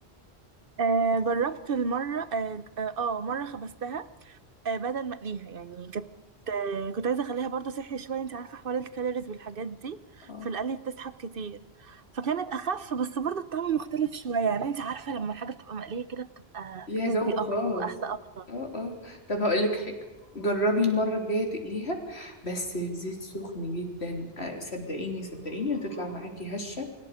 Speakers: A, on the right; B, on the left.
A: آه، جربت المره اه آه، آه، مرة خبزتها آه، بدل ما اقليها يعني كنت آه، كنت عايزه اخليها برضو صحي شويه انت عارفه حوار الكالوريز والحاجات دي
B: اه
A: في القلي بتسحب كتير فكانت اخف بس برضو الطعم مختلف شويه يعني انت عارفه لما الحاجه بتبقى مقليه كده بتبقى
B: ليها
A: كريسبي
B: جو
A: اكتر
B: خاص
A: واحلى اكتر
B: اه اه طب هقول لك حاجة جربي المرة الجاية تقليها بس في زيت سخن جدا آه، صدقيني صدقيني هتطلع معاكي هشة